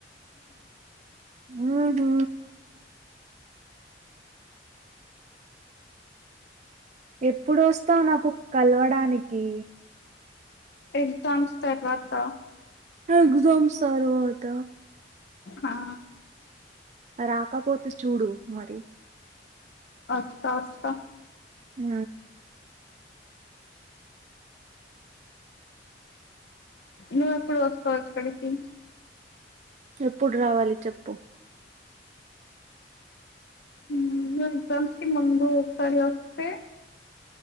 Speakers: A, on the right (about 40°); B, on the left (about 65°).
A: ఊహు ఎప్పుడు వస్తావ్ నాకు కలవడానికి
B: ఎగ్జామ్స్ తర్వాత
A: ఎగు జామ్ తర్వాత
B: ఆ
A: రాకపోతే చూడు మరి
B: వస్తా వస్తా
A: ఊ
B: నువ్వు ఎప్పుడు వస్తావు ఇక్కడికి
A: ఎప్పుడు రావాలి చెప్పు
B: నువు ఎగ్జామ్స్ కి ముందు ఒకసారి వస్తే